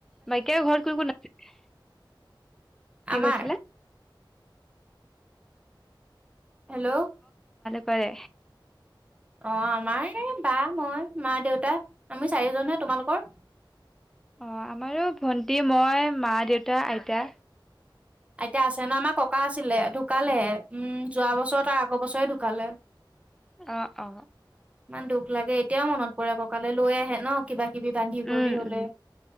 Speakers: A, in the centre; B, on the right.
A: বাইকিয় ঘৰ কোন কোন আছিলে কি
B: আমাৰ
A: কৈছিলা
B: হেল্ল'?
A: কৰে
B: অ আমাৰ বা, মই, মা দেউতা আমি চাৰিজনহে তোমালোকৰ
A: অ আমাৰো ভন্টি, মই, মা দেউতা, আইতা
B: আইতা আছে ন আমাৰ ককা আছিলে ঢুকালে উম যোৱা বছৰত আগৰ বছৰে ঢু কালে
A: অ অ
B: ইমান দুখ লাগে এতিয়াও মনত পৰে ককালৈ লৈ আহে ন কিবা কিবি বান্ধি কৰি
A: উম
B: হ'লে।
A: উম